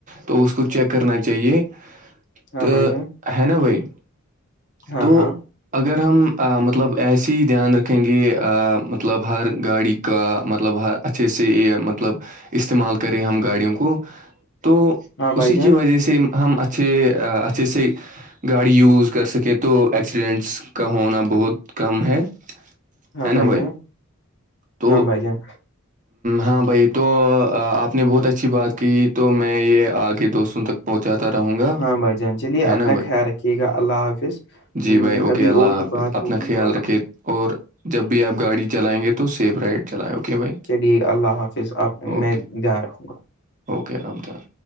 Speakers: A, on the right (about 35°); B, on the left (about 50°).
A: تو اس کو چیک کرنا چاہیے
B: ہاں
A: تو
B: بھائی جان
A: ہے نا بھائی
B: ہاں
A: تو
B: ہاں
A: اگر ہم مطلب ایس ہی دھیان رکھیں گے مطلب ہر گاڑی کا مطلب اچھے سے یہ مطلب استعمال کریں ہم گاڑیوں کو کو تو
B: ہاں بھائی
A: اسی
B: جان
A: کی وجہ سے ہم اچھے اچھے سے گاڑی یوز کر سکے تو ایکسیڈنٹس کا ہونا بہت کم ہے
B: ہاں
A: ہے نا
B: بھائی جان
A: تو
B: ہاں بھائی جان
A: ہاں بھائی تو آپ نے بہت اچھی بات کی تو میں یہ آگے دوستوں تک پہنچاتا رہوں گا
B: ہاں بھائی جان چلیے اپنا
A: ہے نا بھائی
B: خیال رکھیے گا اللہ حافظ م،
A: جی بھائی
B: کبھی
A: اوکے اللہ
B: اور
A: حافظ
B: ہی بات
A: اپنا
B: ہوگی
A: خیال
B: تو اللہ
A: رکھے اور جب بھی آپ گاڑی چلائیں گے تو سیف رائڈ چلائیں اوکے بھائی
B: چلیے اللہ حافظ آپ
A: اوکے
B: میں دھیان رکھوں گا
A: اوکے رام چام